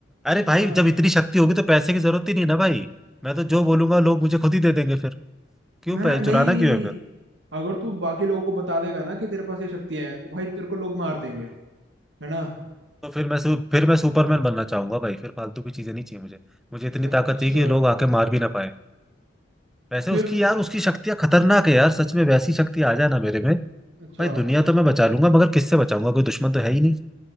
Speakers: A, in the centre; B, on the right.
A: अरे भाई
B: है ना
A: जब इतनी शक्ति होगी तो पैसे की जरूरत ही नहीं ना भाई मैं तो जो बोलूंगा लोग मुझे खुद ही दे देंगे फिर क्यों
B: मैं
A: पै-
B: नहीं
A: चुराना क्यों है फिर
B: अगर तू बाकी लोगों को बता देगा ना कि तेरे पास ये शक्तियां हैं तो भाई तेरे को लोग मार देंगे
A: हम्म।
B: है ना
A: तो फिर मैं सु, फिर मैं सुपरमैन बनना चाहूंगा भाई फिर फालतू की चीजें नहीं चाहिए मुझे मुझे इतनी
B: अच्छा
A: ताकत चाहिए कि लोग आके मार भी ना पाए वैसे
B: फिर
A: उसकी यार उसकी शक्तियां खतरनाक है यार सच में वैसी शक्ति आ जाए ना मेरे में
B: अच्छा
A: भाई दुनिया तो मैं बचा लूंगा मगर किससे बचाऊंगा कोई दुश्मन तो है ही नहीं